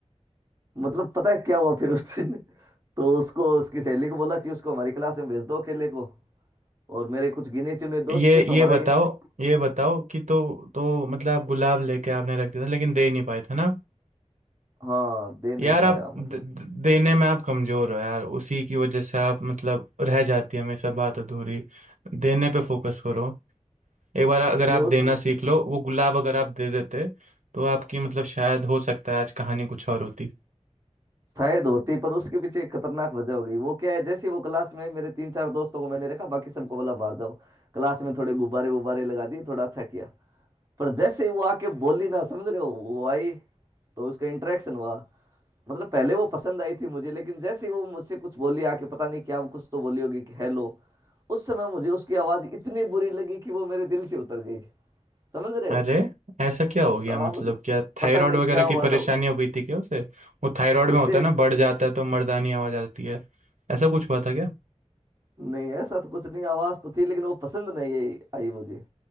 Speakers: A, on the right; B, on the right.
A: मतलब पता है क्या हुआ फिर उस दिन <laughs> तो उसको उसकी सहेली को बोला कि उसको हमारी क्लास में भेज दो अकेले को और मेरे कुछ गिने चुने दोस्त
B: ये
A: थे तो
B: ये
A: हमारा
B: बताओ
A: ये था
B: ये बताओ कि तो तो मतलब आप गुलाब लेके आपने रख दिया था लेकिन दे नहीं पाए थे ना
A: हाँ दे नहीं
B: यार आप
A: पाया
B: द,
A: मतलब
B: द- देने में आप कमज़ोर हो यार उसी की वजह से आप मतलब रह जाती है हमेशा बात अधूरी देने पे फोकस करो एक बार अगर
A: नहीं
B: आप देना
A: उस
B: सीख लो वो गुलाब अगर आप दे देते तो आपकी मतलब शायद हो सकता है आज कहानी कुछ और होती
A: शायद होती पर उसके पीछे एक खतरनाक वजह हो गई वो क्या है जैसे ही वो क्लास में मेरे तीन चार दोस्तों को मैंने रखा बाकी सबको बोला बाहर जाओ क्लास में थोड़े गुब्बारे वुब्बारे लगा दिए थोड़ा अच्छा किया पर जैसे ही वो आके बोली ना समझ रहे हो वो आई तो उसका इंटरेक्शन हुआ मतलब पहले वो पसंद आई थी मुझे लेकिन जैसे ही वो मुझसे कुछ बोली आके पता नहीं क्या कुछ तो बोली होगी कि हेलो उस समय मुझे उसकी आवाज इतनी बुरी लगी कि वो मेरे दिल से उतर गई समझ रहे हो
B: अरे ऐसा क्या हो गया
A: हाँ
B: मतलब
A: मतलब
B: क्या
A: पता
B: थायराइड
A: नहीं
B: वगैरह
A: क्या हुआ
B: की परेशानी
A: था
B: हो गई थी क्या उसे वो थायराइड में
A: उसे
B: होता है ना बढ़ जाता है तो मर्दानी आवाज आ जाती है ऐसा कुछ हुआ था क्या
A: नहीं ऐसा तो कुछ नहीं आवाज तो थी लेकिन वो पसंद नहीं आई आई मुझे